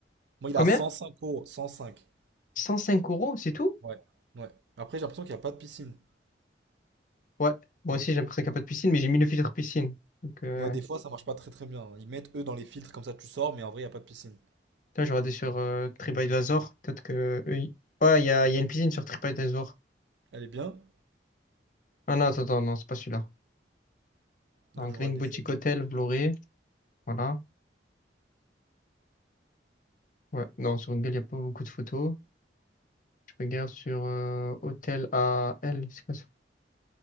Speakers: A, on the right (about 75°); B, on the left (about 45°).
A: Moi, il
B: Combien?
A: a cinq euros. cent cinq
B: 105 euros, c'est tout?
A: Ouais. Ouais. Après, j'ai l'impression qu'il n'y a pas de piscine.
B: Ouais. Moi
A: Non?
B: aussi, j'ai l'impression qu'il n'y a pas de piscine, mais j'ai mis le filtre piscine. Donc, euh,
A: Moi, des fois, ça marche pas très très bien. Ils mettent eux dans les filtres, comme ça, tu sors, mais en vrai, il n'y a pas de piscine.
B: Là, je regardé sur euh, TripAdvisor. Peut-être que. eux, ils- Ouais, il y a, il y a une piscine sur TripAdvisor.
A: Elle est bien?
B: Ah non, attends, attends, non, c'est pas celui-là.
A: Là,
B: Alors,
A: je
B: Green
A: vois les.
B: Boutique Hotel, Vloré. Voilà. Ouais, non, sur Google, il n'y a pas beaucoup de photos. Je regarde sur euh, Hôtel à L. C'est quoi ça?